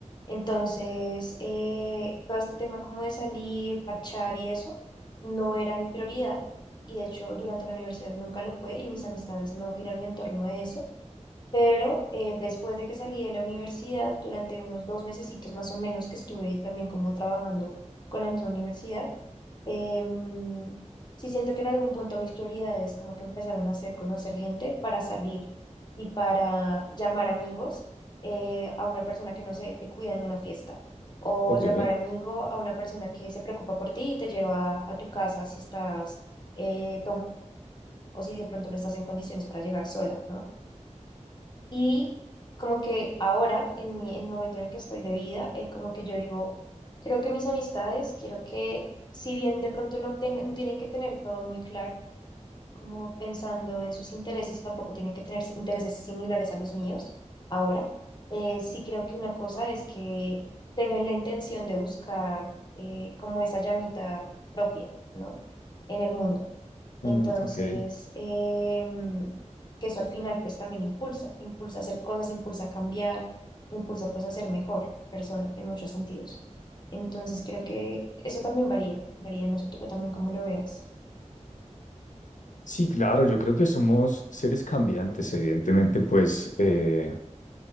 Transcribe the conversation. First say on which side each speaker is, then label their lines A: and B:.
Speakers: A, on the left; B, on the left.
A: Entonces, eh, todo este tema como de salir, marchar y eso, no era mi prioridad y de hecho durante la universidad nunca lo fue y mis amistades no giraron en torno a eso. Pero eh, después de que salí de la universidad, durante unos dos mesecitos más o menos que estuve también como trabajando con la misma universidad, em, sí siento que en algún punto mis prioridades como que empezaron a hacer conocer gente para salir y para llamar amigos eh, a una persona que no sé, te cuida en una fiesta o
B: Ok,
A: llamar amigo a una persona que se preocupa por ti y te lleva a tu casa si estás eh, o si de pronto no estás en condiciones para llegar sola, ¿no? Y como que ahora, en mi- en el momento en el que estoy de vida, eh, como que yo digo, creo que mis amistades, quiero que, si bien de pronto no, ten- no tienen que tener todo muy claro, como pensando en sus intereses, tampoco tienen que tener intereses similares a los míos ahora, eh, sí creo que una cosa es que tengan la intención de buscar eh, como esa llamita propia, ¿no? En el mundo
B: mm,
A: entonces,
B: ok.
A: em, que eso al final pues también impulsa, impulsa a hacer cosas, impulsa a cambiar, impulsa pues a ser mejor persona en muchos sentidos. Entonces creo que eso también varía, varía, no sé tú también cómo lo veas.
B: Sí, claro, yo creo que somos seres cambiantes, evidentemente, pues eh,